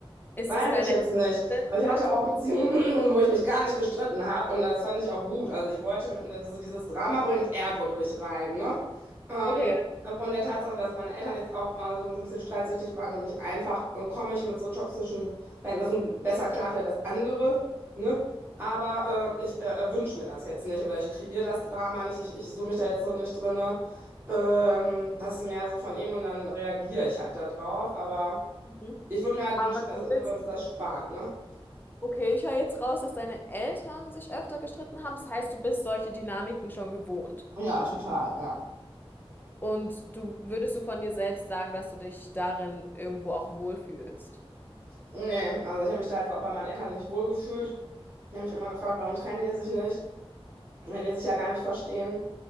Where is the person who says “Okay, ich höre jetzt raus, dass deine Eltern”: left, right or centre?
Left